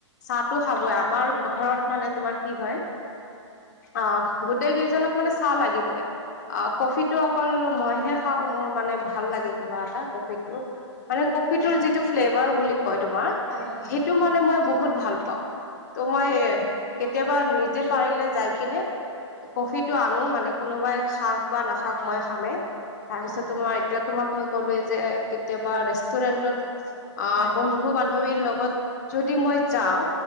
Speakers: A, on the left (about 35°); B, on the right (about 35°).
A: চাহটো খাবই আমাৰ ঘৰত মানে তোমাৰ কি হয় অ গোটেই কেইজনক মানে চাহ লাগিবই অ' কফিতটো অকল মইহে খাওঁ মোৰ মানে ভাল লাগে কিবা এটা কফিটো মানে কফিটোৰ
B: হয়,
A: যিটো ফ্লেভাৰ বুলি কয় তোমাৰ
B: হয়, হয়,
A: সেইতো মানে মই বহুত বহুত ভাল পাওঁ, ত' মই কেতিয়াবা নিজে পাৰিলে যাই কিনে কফিটো আনো মানে কোনোবাই খাওক বা নাখাওক মই খামেই, তাৰপিছতো
B: হয়,
A: মই এতিয়া তোমাক মই ক'লোৱে যে কেতিয়াবা ৰেষ্টুৰেন্টত অ
B: হয়, হয়,
A: বন্ধু বান বান্ধৱীৰ লগত যদি মই যাওঁ